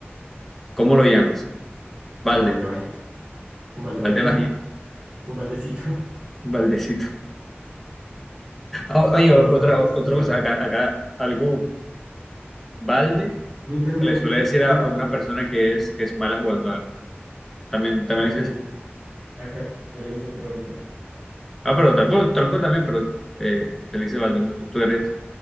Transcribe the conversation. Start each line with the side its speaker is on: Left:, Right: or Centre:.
Centre: ¿cómo lo llamas? Balde,
Right: un balde bajito. Un balde
Centre: balde
Right: pequeño,
Centre: bajito,
Right: <laughs> un baldecito.
Centre: baldecito. O-
Right: Sí,
Centre: Oye, otra,
Right: no, no
Centre: otra
Right: sé.
Centre: cosa, acá, acá algo balde
Right: Mi- Pero mira
Centre: se le suele
Right: que,
Centre: decir
Right: espera,
Centre: a, a
Right: espera,
Centre: una
Right: espera.
Centre: persona que es, que es mala jugando algo. También, también
Right: Balde,
Centre: le dicen así.
Right: acá se le dice tronco.
Centre: Ah, pero ta- bueno, tronco también, pero eh, se le dice balde, como tú, tú eres,